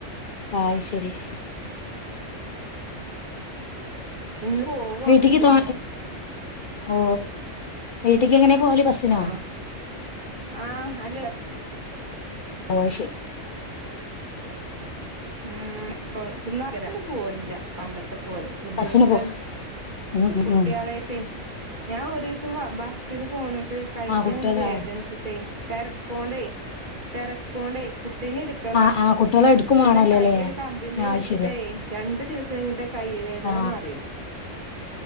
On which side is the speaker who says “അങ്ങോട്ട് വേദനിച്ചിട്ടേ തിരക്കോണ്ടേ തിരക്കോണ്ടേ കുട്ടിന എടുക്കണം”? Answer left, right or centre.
Right